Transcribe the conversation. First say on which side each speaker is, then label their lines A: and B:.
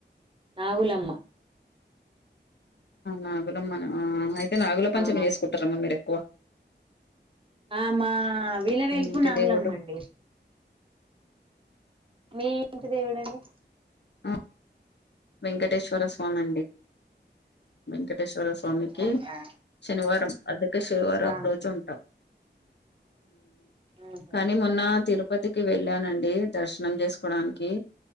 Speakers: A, on the right; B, on the left.
A: ఆవులమ్మ
B: నాగులమ్మన అయితే నాగుల పంచమి
A: ఆ
B: చేసుకుంటారమ్మ మీరు ఎక్కువ
A: ఆ మా విలవేలుపు
B: ఇంటి
A: నాగులమ్మండి
B: దేవుడు
A: మీ ఇంటి దేవుడండి
B: ఆ వెంకటేశ్వర స్వామి అండి వెంకటే శ్వర స్వామికి
A: అవునా!
B: శనివారం అందుకే శనివారం
A: ఆ
B: రోజు ఉంట
A: హుహు.
B: కానీ మొన్న తిరుపతికి వెళ్ళానండి దర్శనం చేసు డానికి